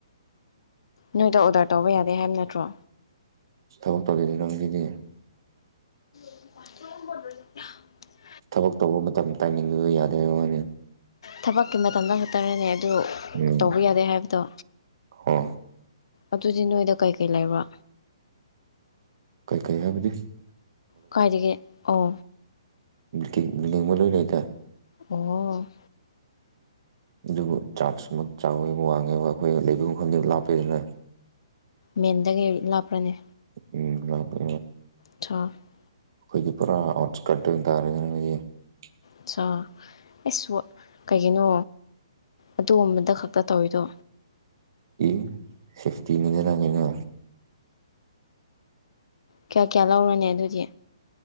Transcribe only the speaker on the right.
ꯊꯕꯛ ꯇꯧ ꯂꯩꯗꯨ ꯅꯪꯒꯤꯗꯤ
ꯊꯕꯛ ꯇꯧꯕ ꯃꯇꯝ ꯇꯥꯏꯃꯤꯡꯗꯨꯗ ꯌꯥꯗꯔ ꯋꯥꯅꯤ
ꯎꯝ
ꯍꯣ
ꯀꯩꯀꯩ ꯍꯥꯏꯕꯗꯤ
ꯕꯤꯡ ꯕꯤꯜꯗꯤꯡ ꯑꯃ ꯂꯣꯏ ꯂꯩꯗ
ꯑꯗꯨꯕꯨ ꯆꯥꯔꯖ ꯑꯃ ꯆꯥꯎꯋꯦꯕ ꯋꯥꯡꯉꯦꯕ ꯑꯩꯈꯣꯏ ꯂꯩꯕ ꯈꯟꯗꯕ ꯂꯥꯞꯄꯗꯅ
ꯎꯝꯄꯦ
ꯑꯩꯈꯣꯏꯒꯤ ꯄꯨꯔꯥ ꯑꯥꯎꯠꯀꯠ ꯑꯣꯏꯅ ꯇꯥꯔꯦꯗꯤꯅ ꯍꯥꯏꯈꯣꯏꯒꯤ
ꯏ ꯁꯦꯐꯇꯤꯅꯦꯗꯅꯉꯩꯅ